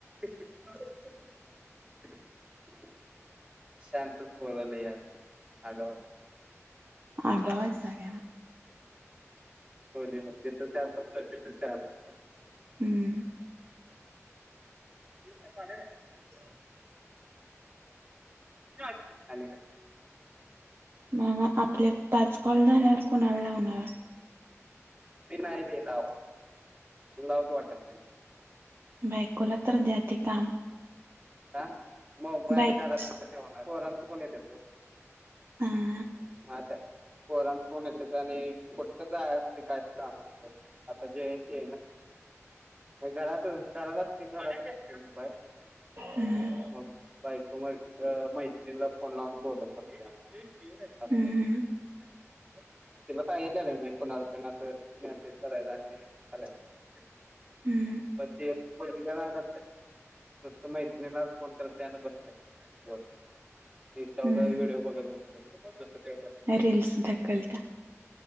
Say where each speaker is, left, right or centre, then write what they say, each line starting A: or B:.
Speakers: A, on the right (about 25°); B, on the right (about 50°).
A: हु.. हु शांतच पोर लय असतेत, आगाऊ असतेत.
B: आगाव सगळ्याला
A: दोन्हीपण जिथं त्या <unintelligible> तिथं त्या <unintelligible>
B: हुम्
A: येऊ का ताडे?
B: ह <unintelligible>
A: काट आणि काय?
B: नाय.. नाय.. आपले पाच कॉल झाल्यावर कोणाला लावणारा.
A: ते नाय देणार. तुला लावतो वाटत नाहीत.
B: बायकोला तर द्या ते काम
A: का? मोबाईल
B: बाईक
A: घरात कसं ठेवणार पोरांचं फोन येतेत ओ
B: ह हम्म
A: म.. आता पोरांच फोन येतेत आणि कुठ तर जायच असते कय तर काम असत्यात. आता जे है, ते है ना. घरात.. घरात असतय घरात मोबाईल
B: हम्म
A: मग बायको माझी अ.. मैत्रीनीला फोन लावून बोलत बसतीया. असतात.
B: हम्म
A: तिला सांगितलेलं मी काेणाला पण अस.. मेसेज करायलाआणि हे -ते करायला. हं <unintelligible>
B: हम्म
A: पण ते.. पोरगी जरा आता कस्टमाईज तुम्ही मला फोन करत्या नंबर वर.. बोल, इंस्टा वर
B: हम्म
A: व्हिडिओ बघत बस कसं काय करायचं?
B: रील्स ढकलत्या